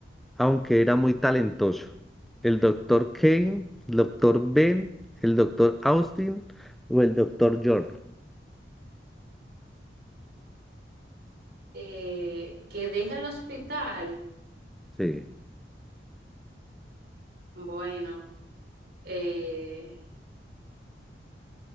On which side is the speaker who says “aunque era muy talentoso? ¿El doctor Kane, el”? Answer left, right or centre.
Centre